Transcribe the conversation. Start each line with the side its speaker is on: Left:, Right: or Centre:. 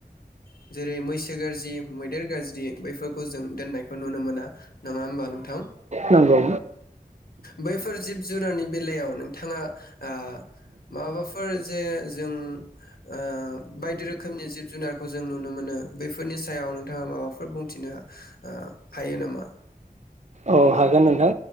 Left: ओ जेरै मैसो गारजि मैदेर गाज्रि बैफोरखौ जों दोननायखौ नुनो मोना नङा होमबा नोंथां?
Right: नोंगौ।
Left: बैफोर जिब जुनारनि बेलायाव नोंथाङा ओ माबाफोर जे जों ओ बायदि रोखोमनि जिब जुनारखौ जों नुनो मोनो बेफोरनि सायाव नोंथाङा माबाफोर बुंथिनो ओ हायो नामा?
Right: औ हागोन नोंथां।